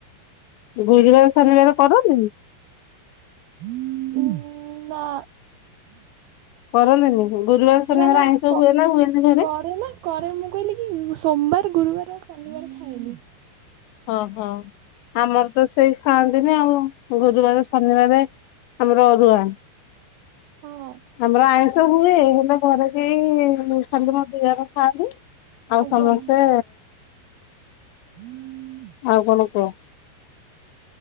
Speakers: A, on the left; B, on the right.
A: ଗୁରୁବାର ଶନିବାର କରନ୍ତିକି?
B: <inaudible> ନା।
A: କରନେନି ଗୁରୁବାର ଶନିବାର
B: ନା ନା
A: ଆଇଁଷ
B: କ
A: ହୁଏ ନା ହୁଏନି ଘରେ?
B: କରେ ନା କରେ ମୁଁ କହିଲି କି ସୋମବାର, ଗୁରୁବାର, ଆଉ ଶନିବାର ଖାଏନି।
A: ଓହୋ ଆମର ତ ସେଇ ଖାଆନ୍ତିନି ଆଉ ଗୁରୁବାର, ଶନିବାର ଆମର ଅରୁଆ।
B: ହଁ।
A: ଆମର ଆଇଁଷ ହୁଏ ହେଲେ ଘରେ ନ୍ତି ଖାଲି ମୋ ଦିଅର ଖାଆନ୍ତି ଆଉ
B: ଆଜ୍ଞା।
A: ସମସ୍ତେ
B: <inaudible>
A: ଆଉ କଣ କୁହ?